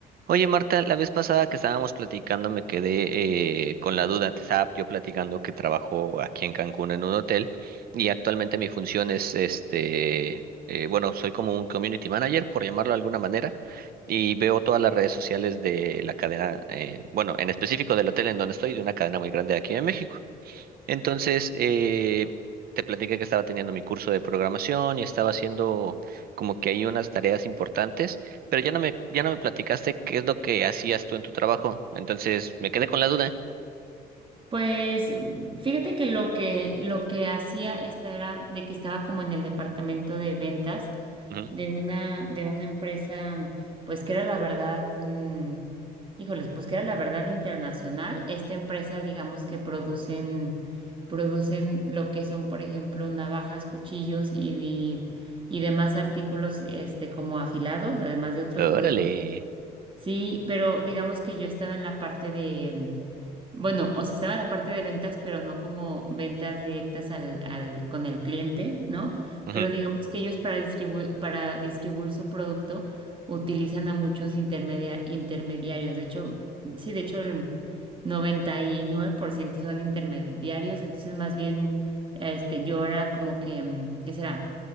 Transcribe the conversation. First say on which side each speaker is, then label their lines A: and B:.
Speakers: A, on the right; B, on the right.
A: Oye, Marta, la vez pasada que estábamos platicando me quedé eh, con la duda. Te estaba yo platicando que trabajo aquí en Cancún en un hotel y actualmente mi función es, este, eh, bueno, soy como un community manager, por llamarlo de alguna manera, y veo todas las redes sociales de la cadena, eh, bueno, en específico del hotel en donde estoy, de una cadena muy grande de aquí en México. Entonces, eh, te platiqué que estaba teniendo mi curso de programación y estaba haciendo como que hay unas tareas importantes, pero ya no me, ya no me platicaste qué es lo que hacías tú en tu trabajo. Entonces, me quedé con la duda.
B: Pues mm, fíjate que lo que lo que hacía esta era de que estaba como en el departamento de ventas
A: Ujú.
B: de una de una empresa mm, pues que era la verdad mm, híjoles pues que era la verdad internacional esta empresa digamos que producen producen lo que son por ejemplo navajas cuchillos y y, y demás artículos este como afilados además de otros
A: Órale.
B: productos sí pero digamos que yo estaba en la parte de mm, bueno, o sea, estaba la parte de ventas, pero no como ventas directas al, al- con el cliente, ¿no?
A: Ujú,
B: Pero digamos que ellos para distribuir, para distribuir su producto utilizan a muchos intermedia- intermediarios. De hecho, sí, de hecho el 99% son intermediarios, entonces más bien este, yo era como que, mm, ¿qué será?